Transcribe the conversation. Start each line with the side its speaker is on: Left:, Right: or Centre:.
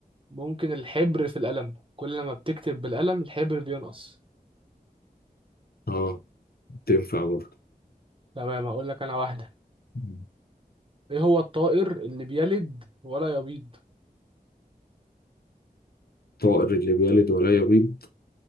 Right: ممكن الحبر في القلم كل ما بتكتب بالقلم الحبر بينقص
Left: آه تنفع برضه
Right: تمام هقول لك انا واحدة
Left: مم.
Right: ايه هو الطائر اللي بيلد ولا يبيض
Left: طائر اللي بيلد ولا يبيض